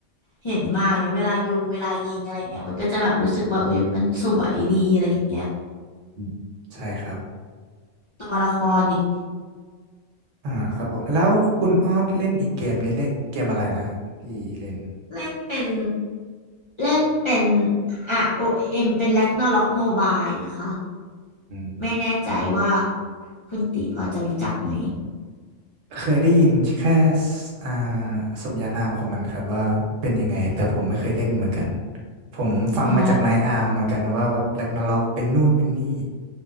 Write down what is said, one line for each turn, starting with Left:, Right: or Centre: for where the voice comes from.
Left: เห็นมาอย่างเงี้ยเวลายุงเวลายิงอะไรอย่างเงี้ยมันก็จะแบบรู้สึกว่าเอ้ยมันสวยดีอะไรอย่างเงี้ย
Right: อืมใช่ครับ
Left: ตัวละครอีก
Right: อ่าครับผมแล้วคุณออดเล่นอีกเกมนี้เล่นเกมอะไรนะฮะที่เล่น
Left: เล่นเป็นเล่นเป็น ROM เอ็มเป็น Ragnarok Mobile อะค่ะ
Right: อืม
Left: ไม่แน่ใจว่าคุณตีพอจะรู้จักไหม
Right: เคยได้ยินแค่สอ่าสมญานามของมันครับว่าเป็นยังไงแต่ผมไม่เคยเล่นเหมือนกันผมฟังมาจากนายอาร์มเหมือนกันว่าแบบแร็กนาร็อกเป็นนู่นเป็นนี่
Left: อ๋อ